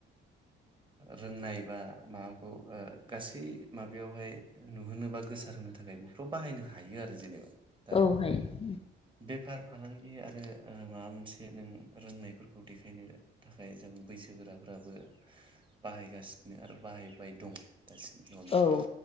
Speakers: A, on the right; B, on the left.
A: रोंनाय बा माबाखौ गासै माबायावहाय नुहोनो बा गोसारहोनो थाख थाखाय बेफोराव बाहायनो हायोआरो जेनेबा दा
B: औ हायो
A: बेफार फालांगि आरो ओ माबा मोनसे नों रोंनायफोरखौ देखायनो थाखाय जों बैसोगोराफ्राबो बाहायगासिनो आरो बाहायबाय दं दासिम नङाहोमबा
B: औ
A: दा